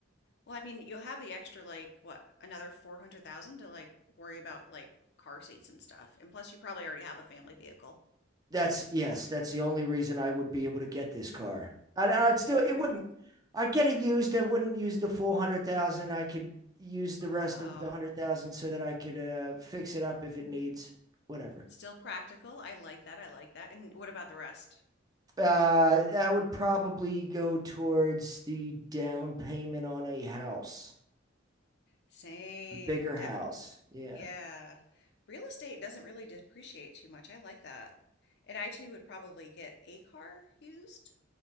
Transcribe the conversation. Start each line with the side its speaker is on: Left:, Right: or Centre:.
Left: Well, I mean, you'll have the extra, like, what, another 400,000 to, like, worry about, like, car seats and stuff. And plus, you probably already have a family vehicle.
Right: That's yes. That's the only reason I would be able to get this car. I'd, I'd still
Left: <laughs>
Right: it wouldn't. I'd get it used. I wouldn't use the full hundred thousand. I could use the
Left: Oh,
Right: rest of the hundred thousand so that I could uh, fix it up if it needs whatever.
Left: still practical. I like that. I like that. And what about the rest?
Right: Uh, that would probably go towards the down payment on a house,
Left: Same,
Right: a bigger
Left: definite.
Right: house. Yeah.
Left: Yeah. Real estate doesn't really depreciate too much. I like that. And I too would probably get a car used.